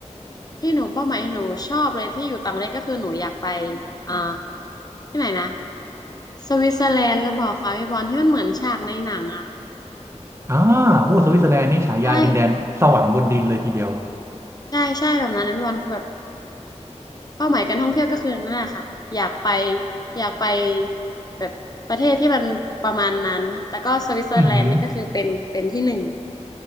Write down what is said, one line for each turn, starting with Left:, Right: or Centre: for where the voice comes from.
Left: ที่หนูเป้าหมายที่หนูชอบเลยที่อยู่ต่างประเทศก็คือหนูอยากไปอ่าที่ไหนนะสวิตเซอร์แลนด์หรือเปล่าคะพี่บอลที่มันเหมือนฉากในหนังอ่ะ
Right: อ่าโอ้สวิตเซอร์แลนด์นี่ฉายาดินแดนสวรรค์บนดินเลยทีเดียว
Left: ใช่ใช่ใช่แบบนั้นนะพี่บอลคือแบบเป้าหมายการท่องเที่ยวก็คือนั่นแหละค่ะอยากไปอยากไปแบบประเทศที่มันประมาณนั้นแต่ก็สวิตเซอร์แลนด์นี่ก็คือเป็นเป็นที่หนึ่ง
Right: อืมอหือ